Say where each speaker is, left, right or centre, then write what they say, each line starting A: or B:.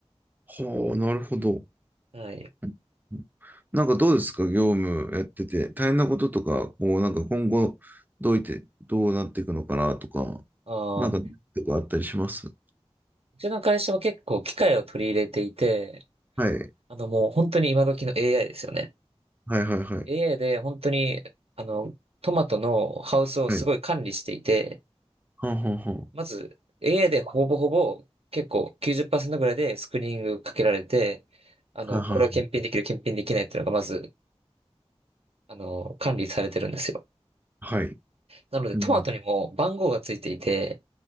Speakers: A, on the right; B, on the right.
A: はあ、なるほど。
B: はい。
A: うんなんかどうですか、業務やってて、大変なこととか、こう、なんか今後、どういって、どうなっていくのかなとか、
B: ああ、
A: なんか、
B: う
A: とかあったりします。
B: ちの会社は結構機械を取り入れていて、
A: はい。
B: あのもう本当に今時の AI ですよね。
A: はいはいはい。
B: AI で本当に、あの、トマトのハウスをすごい管理していて、
A: はい。はんはあはあ
B: まず AI でほぼほぼ結構90%ぐらいでスクリーニングかけられて、あの、
A: はいはいはい。
B: これは検品できる、検品できないっていうのがまず、あの、管理されてるんですよ。
A: はい。
B: なのでトマトにも番号がついていて、
A: うん。